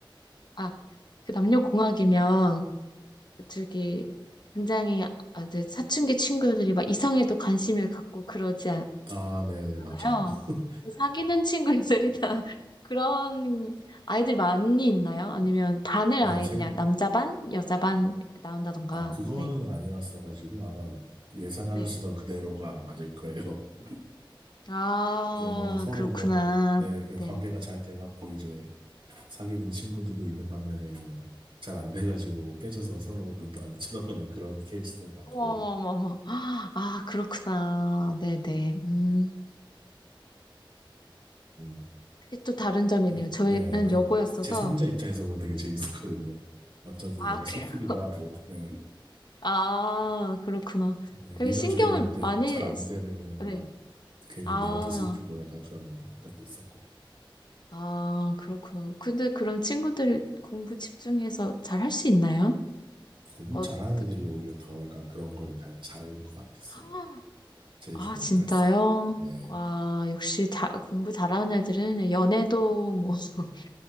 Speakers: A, on the left; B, on the right.
A: 아, 그 남녀공학이면, 저기, 굉장히, 아, 이제 사춘기 친구들이 막 이성에도 관심을 갖고 그러지
B: 아 네네
A: 있아요
B: 맞아요 <laughs>
A: 사귀는 친구들이나 <laughs> 그런 아이들 많이 있나요? 아니면 반을
B: 네네제아
A: 아예 그냥 남자 반, 여자 반 이렇게 나온다던가.
B: 그거는
A: 네.
B: 아니었어가지고 아마 예상하시던
A: 네.
B: 그대로가 맞을 거예요 <laughs>
A: 아,
B: 이제 뭐 서로
A: 그렇구나.
B: 뭐 네, 그
A: 네.
B: 관계가 잘 돼갖고 이제 사귀는 친구들도 있는 반면에 뭐 잘 안 돼가지고 뭐 깨져서 서로 눈도 안 <laughs> 쳐다보는 그런 케이스도 봤고
A: 어머머머머. 아, 그렇구나. 네네. 음.
B: 음,
A: 그게 또 다른 점이네요.
B: 네,
A: 저희는
B: 네 약간
A: 여고였어서.
B: 제3자 입장에서 보면 되게 재밌었거든요 어쩌든
A: 아,
B: 약간
A: 그래요?
B: 슬프기도 하고 네
A: 아, 그렇구나.
B: 네,
A: 되게
B: 밀어주려고
A: 신경을
B: 했는데
A: 많이,
B: 잘 안
A: 쓰-
B: 되면은
A: 네.
B: 막 괜히
A: 아.
B: 내가 더 슬프고 약간 그런 것도 있었고
A: 아, 그렇구나. 근데 그럼 친구들 공부 집중해서 잘 할 수 있나요?
B: 공부
A: 어떻게,
B: 잘하는 애들이 오히려 더 약간 그런 걸 다 잘하는 것 같았어요.
A: 아,
B: 제
A: 아,
B: 주변은
A: 진짜요?
B: 그랬어요. 네,
A: 와, 역시 자, 공부 잘하는 애들은 연애도 뭐, <laughs>